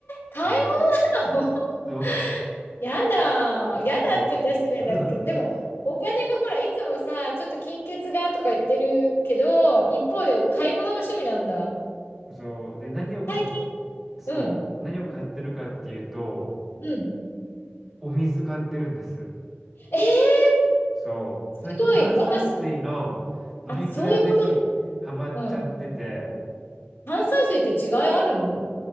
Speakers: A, on the left; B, in the centre.
A: 買い
B: うん。
A: 物
B: そう。
A: <laughs> やだー。
B: <laughs>
A: やだって言ったら失礼だけど、
B: そう。<laughs>
A: でも、お金がほら、いつもさ、ちょっと金欠がとか言ってるけど、一方で買い物が趣味なんだ。
B: そう。で、何を買っ、
A: 最近、
B: そう。
A: うん、
B: 何を買ってるかっていうと、
A: うん。
B: お水買ってるんです。
A: えー、
B: そう。
A: すごい。
B: 最近炭酸水の飲み比べにハマっちゃってて、
A: 私、あ、そういうことね。うん。炭酸水って違いあるの